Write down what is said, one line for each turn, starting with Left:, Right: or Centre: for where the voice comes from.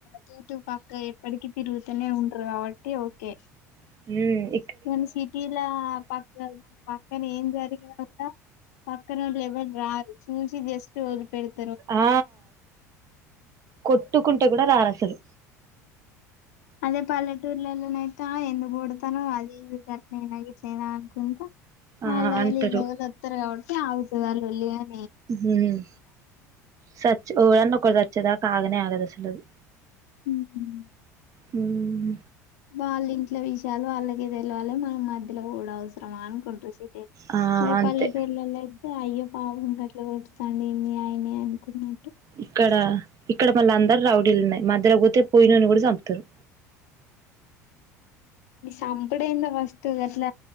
Left: టుటు పక్క ఎప్పటికి తిరుగుతనే ఉంటరు కాబట్టి ఓకే
Right: హ్మ్
Left: కానీ సిటీల పక్కక్ పక్కన ఏం జరిగిన కూడా పక్కనోల్లెవల్ రారు చూసి జస్ట్ వదిలిపెడ్
Right: ఆ కొట్టుకుంటె కూడా రారు అసలు
Left: అదే పల్లెటూర్లల్ల నయి తా ఎందుకు కొడుత తనవ్ అది ఇది గట్నేనా గిట్లయినా అనుకుంటా
Right: ఆ
Left: వాళ్ళొగలు
Right: అంటారు
Left: యిల్లోగలు వత్తరు కాబట్టి తె ఆగుతదా లొల్లి గని
Right: హ్మ్ సచ్ ఎవడన్న ఒకడు స చ్చేదాక ఆగనే ఆగదు అసలది
Left: హ్మ్ హమ్
Right: హ్మ్
Left: వాళ్ళ ఇంట్ల విషయాలు వాళ్ళకే తెలవాలె మనం మధ్యల వోవుడు అవసరమా అనుకుంటురు సి
Right: ఆ
Left: అదే
Right: అంతే
Left: పల్లెటూర్లల్ల అయి అయ్యో పాపం గట్ల కొడుతడేంది ఆయనే అనుకున్నా
Right: ఇక్కడ ఇక్కడ మళ్ళ అందరు రౌడీలు ఉన్నాయి మధ్యలకు పోతే పోయినోన్ని కూడా చంపుతరు
Left: మీ సంపుడెందో ఫస్ట్ గట్ల